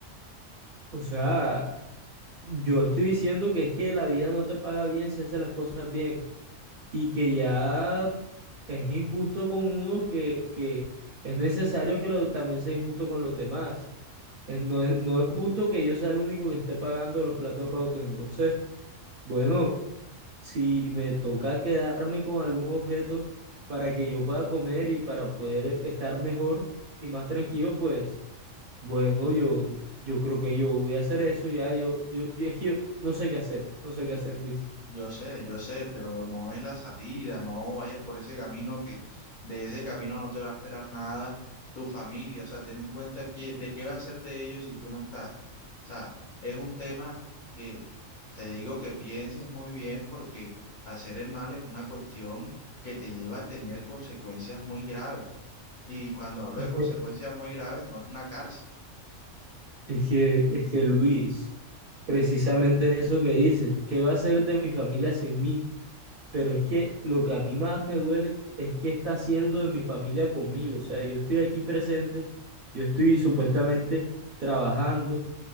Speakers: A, on the right; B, on the left.
A: O sea, yo estoy diciendo que es que la vida no te paga bien si haces las cosas bien y que ya es injusto con uno que, que es necesario que lo- también sea injusto con los demás. Es- no es, no es justo que yo sea el único que esté pagando los platos rotos. Entonces, bueno, si me toca quedarme con algún objeto para que yo pueda comer y para poder estar mejor y más tranquilo, pues... Bueno, yo, yo creo que yo voy a hacer eso ya. Yo, yo, yo- es que yo no sé qué hacer, no sé qué hacer, Luis.
B: Yo sé, yo sé, pero no es la salida, no vayas por ese camino que de ese camino no te va a esperar nada tu familia, o sea, ten en cuenta que, de qué va a ser de ellos si tú no estás. O sea, es un tema que te digo que pienses muy bien porque hacer el mal es una cuestión que te lleva a tener consecuencias muy graves. Y cuando hablo
A: Es
B: de consecuencias
A: que,
B: muy graves, no es una cárcel,
A: es que, es que Luis, precisamente eso que dices, ¿qué va a ser de mi familia sin mí? Pero es que lo que a mí más me duele es que está haciendo de mi familia conmigo. O sea, yo estoy aquí presente, yo estoy supuestamente trabajando